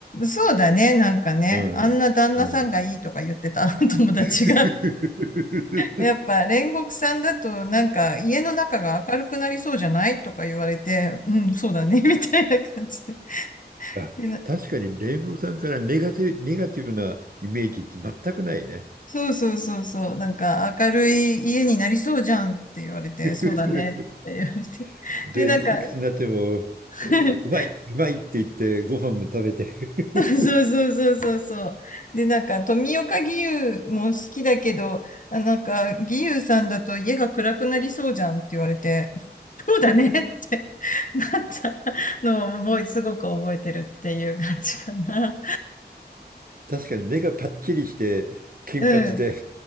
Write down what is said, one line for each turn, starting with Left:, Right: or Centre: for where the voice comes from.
Left: そうだね、なんかね、
Right: うん。
Left: あんな旦那さんがいいとか言ってた
Right: うん。
Left: <laughs> 友達が
Right: <laughs>
Left: やっぱ煉獄さんだとなんか家の中が明るくなりそうじゃないとか言われて、うん、そうだね、<laughs> みたいな感じで。
Right: あ、
Left: で、な
Right: 確かに煉獄さんからネガティブ、ネガティブなイメージって全くないね。
Left: そうそうそうそう、なんか明るい家になりそうじゃんって言われて、
Right: <laughs>
Left: そうだねって言われて。
Right: で、
Left: で、なんか、
Right: いくつになっても、
Left: <laughs>
Right: おうまい、うまいって言ってご飯も食べて。<laughs>
Left: そうそうそうそうそう。で、なんか富岡義勇も好きだけど、あなんか義勇さんだと家が暗くなりそうじゃんって言われて、そうだねってなったのを覚え、すごく覚えてるっていう感じかな。
Right: 確かに目がパッチリして金髪で、
Left: うん。